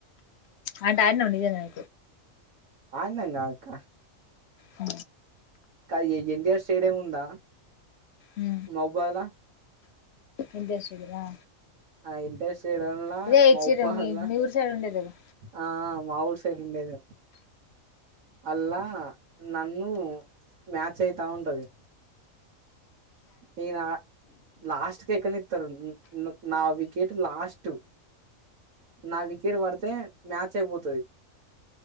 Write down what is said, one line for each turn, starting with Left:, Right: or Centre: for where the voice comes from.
Left: ఆడి ఆడినవు నిజంగానే
Right: ఆడినాంగా అక్క
Left: అ
Right: అక్క ఎ ఎ ఎన్టిఆర్ స్టేడియం ఉందా
Left: ఊ
Right: మహబాద్ల
Left: ఎన్టీఆర్ స్టేడియం ఆ
Right: ఆ ఎన్టీఆర్ స్టేడియంలా
Left: అదే
Right: మహబాద్ల
Left: చిన్నది మీ ఊరు సైడు ఉండేదేగా
Right: ఆ మా ఊరు స్ ఉండేదే అల్లా నన్ను మ్యాచ్ అయి తా ఉంటది. నేను ఆ లాస్ట్ కి ఎక్కని ఇత్ నా వికెట్ లాస్ట్ నా వికెట్ పడితే మ్యాచ్ ఐపోతది